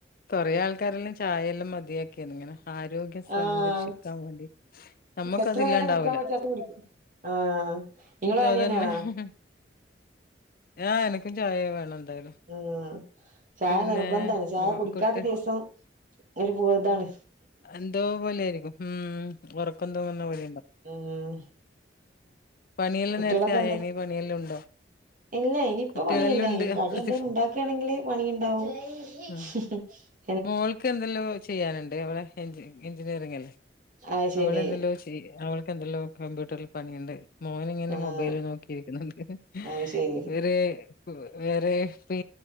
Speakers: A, on the left; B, on the right.
A: കൊറെ ആൾക്കാരെല്ലാം ചായെല്ലാം മതിയാക്കിന് ഇങ്ങനെ ആരോഗ്യ സംരക്ഷിക്കാൻ
B: ആഹ്
A: വേണ്ടിട്ട് നമ്മക്ക്
B: എത്ര
A: അതില്ലാണ്ടാവുല്ല.
B: നേരം കുടിക്കാൻ പറ്റും അത് കുടിക്കും ആഹ് നിങ്ങളും
A: ണ്ടോ
B: അങ്ങനെ
A: അതന്നെ
B: തന്നെയാണോ
A: ഹം ആഹ് ഹാ എനിക്കും ചായ വേണം എന്തായാലും.
B: ആഹ് ചായ
A: പിന്നെ
B: നിർബന്ധാണ് ചായ
A: മോ
B: കുടിക്കാത്ത
A: കുട്ടി
B: ദിവസം ഒരു പോലെ ഇതാണ്.
A: എന്തോ പോലെയിരിക്കും ഉം. ഉറക്കം തൂങ്ങുന്ന പോലെ ഉംഉം
B: ഉം
A: പണിയെല്ലാം
B: കുട്ടികളൊക്കെ
A: നേരത്തെ
B: എന്താ
A: ആയോ ഇനി പണിയെല്ലാം ഉണ്ടോ?
B: ഇല്ല ഇനിയിപ്പ
A: കുട്ടികളെല്ലാം
B: പണിയില്ല
A: ഉണ്ട്
B: ഈ കടി
A: അപ്പുറത്ത്
B: എന്തേലും ഉണ്ടാക്കുകയാണെല് പണിഉണ്ടാവും.
A: ഉം
B: ഹും ഹും
A: മോൾക്ക് എന്തല്ലോ ചെയ്യാനുണ്ട് അവളെ എഞ്ചിനീയറിംഗിൽ
B: അത് ശരി
A: അവള എന്തല്ലോ. അവൾക്ക് എന്തെല്ലോ കമ്പ്യൂട്ടറിൽ പണിയുണ്ട്. മോൻ ഇങ്ങനെ
B: ആഹ്
A: മൊബൈല് നോക്കിയിരിക്കുന്നുണ്ട്
B: അത് ശരി
A: ഇവര്- വേറെ ഫി